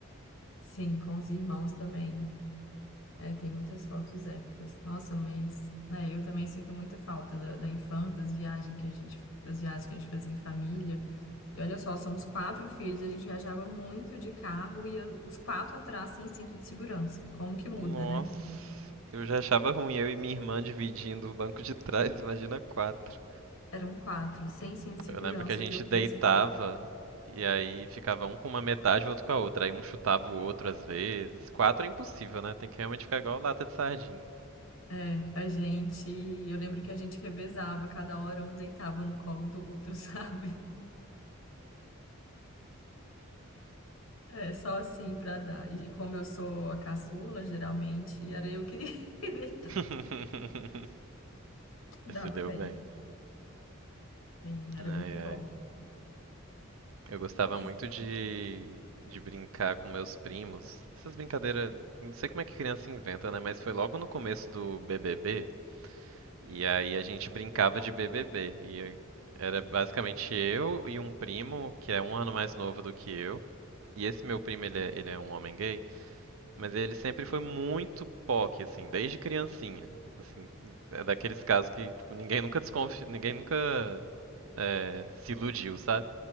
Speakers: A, on the left; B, on the right.
A: sim, com os irmãos também. É, tem muitas fotos épicas. Nossa, mas é, eu também sinto muita falta da, da infância, das viagens que a gente, das viagens que a gente fazia em família. E olha só, somos quatro filhos, a gente viajava muito de carro e a- os quatro atrás sem cinto de segurança. Como que muda,
B: Nossa,
A: né?
B: eu já achava ruim eu e minha irmã dividindo o banco de trás, imagina quatro.
A: Eram quatro, sem cinto de segurança.
B: Eu lembro que a gente
A: Hoje eu
B: deitava
A: penso, eu falo,
B: e aí ficava um com uma metade e o outro com a outra. Aí um chutava o outro às vezes. Quatro é impossível, né? Tem que realmente ficar igual lata de sardinha.
A: É, a gente. Eu lembro que a gente revezava, cada hora um deitava no colo do outro, <laughs> sabe? É, só assim pra dar. E como eu sou a caçula, geralmente era eu que <laughs> deitava.
B: <laughs>
A: Dava
B: Tudo
A: bem.
B: bem.
A: Sim, era
B: Ai,
A: muito
B: ai.
A: bom.
B: Eu gostava
A: E
B: muito de, de brincar com meus primos. Essas brincadeiras, não sei como é que criança inventa, né? Mas foi logo no começo do BBB E aí a gente brincava de BBB. E era basicamente eu e um primo, que é um ano mais novo do que eu. E esse meu primo, ele é, ele é um homem gay, mas ele sempre foi muito POC, assim, desde criancinha. Assim, é daqueles casos que tipo, ninguém nunca desconfia, ninguém nunca é, se iludiu, sabe?